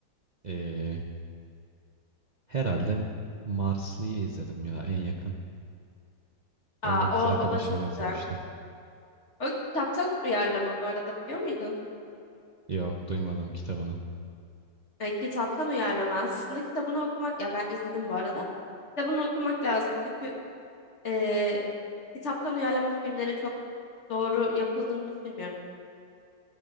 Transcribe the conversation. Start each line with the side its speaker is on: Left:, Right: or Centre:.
Right: Ee, herhalde Marslı'yı izledim ya en yakın. Onu
Left: Aa,
Right: da kız
Left: o,
Right: arkadaşımla
Left: o da çok
Right: izlemiştim.
Left: güzel. O kitaptan uyarlama bu arada biliyor muydun?
Right: Yok duymadım kitabını.
Left: E, kitaptan uyarlama. Aslında kitabını okumak, ya ben izledim bu arada. Kitabını okumak lazım çünkü e, kitaptan uyarlama filmlerin çok doğru yapıldığını düşünmüyorum.